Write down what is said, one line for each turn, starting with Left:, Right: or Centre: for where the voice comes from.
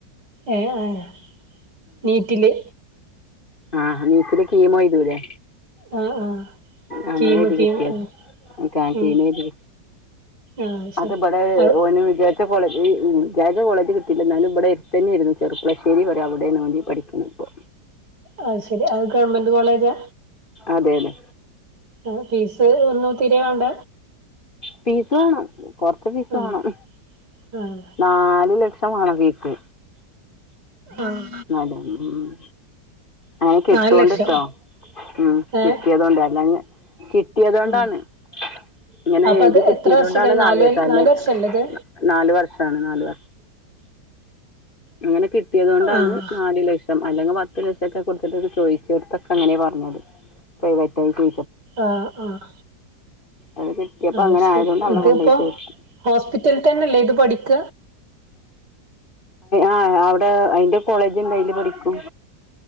Right: ഏഹ്, ആ <unintelligible> നീറ്റില്.
Left: ആഹ് നീറ്റ്ല് കീമോയ്തൂലേ
Right: ആഹ് ആഹ്
Left: അങ്ങനെ
Right: കീമ്
Left: എഴുതി
Right: കീമ്
Left: കിട്ടിയത
Right: ആഹ്
Left: ആ
Right: ഉം
Left: കീമെഴ് തി
Right: ആഹ് ശരി
Left: അത്ബടെ
Right: അത്
Left: ഓന് വിചാരി ച്ച കോളജ് ജെജെ കോളേജ് കിട്ടീല്ല എന്നാലും ഇവിടെ എര്ത്തന്നേര്ന്നു ചെർപ്പളശ്ശേരി പറിം അവടേണ് ഓന് പഠിക്ക്ണ് ഇപ്പൊ
Right: അഹ് ശെരി അത് ഗവൺമെന്റ് കോളേജാ
Left: അതെ അതെ
Right: ആഹ് ഫീസ് ഒന്നും തീരെ വാണ്ട
Left: ഫീസ് വാണം കൊറച്ച് ഫീസ്
Right: ആഹ്
Left: വാണം
Right: ആഹ്
Left: നാലു ലക്ഷം വാണം ഫീസ്
Right: ആഹ്
Left: നാല് ഉം ഉം ഉം അങ്ങനെ കിട്ടോണ്ട്
Right: നാല് ലക്ഷം
Left: ട്ടോ ഉം കിട്ടിയതോണ്ട്
Right: ഏഹ്
Left: അല്ലങ്ങെ കി കിട്ടിയതോണ്ടാണ്
Right: ആഹ്
Left: ഇങ്ങനെ
Right: അപ്പൊ
Left: എഴുതി
Right: അത്
Left: കിട്ടിയതോണ്ടാണ്
Right: എത്ര വർഷക്കാ
Left: നാലു
Right: നാല്
Left: ലക്ഷം അല്ലേ
Right: നാല് വർഷല്ലേ ഇത്
Left: നാല് വർഷാണ് നാല് വർഷം അങ്ങനെ കിട്ട് ട്ടിയതോണ്ടാണ്
Right: ആഹ്
Left: നാല് ലക്ഷം അല്ലെങ്ങെ പത്ത് ലക് ക്കെ കൊടുത്തിട്ട് ചോയ്ച്ചോട്ത്തൊക്കെ ഇങ്ങനെയ പറഞ്ഞത് പ്രൈവറ്റ് ആയിട്ടേ
Right: ആഹ് ആഹ്
Left: അത് കിട്ടിയപ്പോ
Right: അത്
Left: അങ്ങനെ
Right: ശെരി
Left: ആയതുകൊണ്ട് അവിടെ
Right: ഇത്പ്പോ
Left: കൊണ്ടോയി ചേർത്തു
Right: ഹോസ്പിറ്റൽ തന്നല്ലേ ഇത് പഠിക്ക
Left: ആ അവടെ അയിന്റെ കോളേജ്ണ്ട് അയില് പഠിക്കും